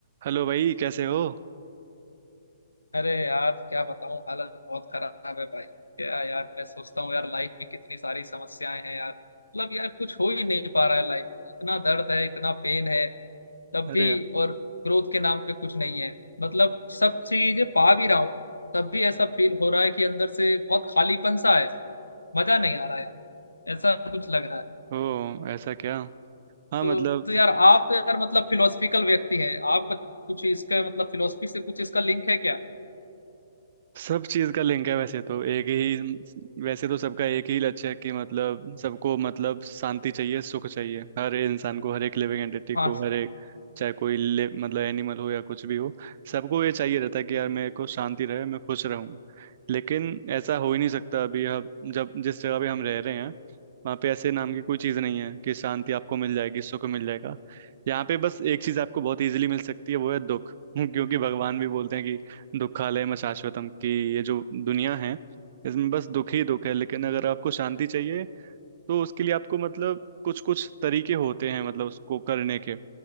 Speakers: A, on the right; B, on the left.
A: Hello भाई कैसे हो
B: अरे यार क्या बताऊं हालत बहुत खराब है भाई क्या यार मैं सोचता हूँ यार लाइफ में कितनी सारी समस्याएं हैं यार मतलब यार कुछ हो ही नहीं पा रहा है लाइफ इतना दर्द है इतना पेन है तब
A: अरे
B: भी
A: यार
B: और ग्रोथ के नाम पे कुछ नहीं है मतलब सब चीजें पा भी रहा हूँ तब भी ऐसा फील हो रहा है कि अंदर से बहुत खालीपन सा है मजा नहीं आ रहा यार ऐसा कुछ लग रहा है
A: ओ ऐसा क्या हाँ
B: तो
A: मतलब
B: तो यार आप यार मतलब फिलोसफिकल व्यक्ति हैं आप कुछ इसके मतलब फिलोसफी से कुछ इसका लिंक है क्या
A: सब चीज़ का लिंक है वैसे तो एक ही वैसे तो सबका एक ही लक्ष्य है कि मतलब सबको मतलब शांति चाहिए सुख चाहिए हर इंसान को हर एक लिविंग एंटिटी
B: हाँ
A: को हर एक चाहे कोई ले, मतलब एनिमल हो या कुछ भी हो सबको ये चाहिए रहता है कि यार मेरे को शांति रहे मैं खुश रहूं लेकिन ऐसा हो ही नहीं सकता अभी हम जब जिस जगह पे हम रह रहे हैं वहाँ पे ऐसे नाम की कोई चीज़ नहीं है कि शांति आपको मिल जाएगी सुख मिल जाएगा यहाँ पे बस एक चीज़ आपको बहुत इजीली मिल सकती है वो है दुख <laughs> क्योंकि भगवान भी बोलते हैं कि दुखालयम शाश्वतम की ये जो दुनिया है इसमें बस दुख ही दुख है लेकिन अगर आपको शांति चाहिए तो उसके लिए आपको मतलब कुछ कुछ तरीके होते हैं मतलब उसको करने के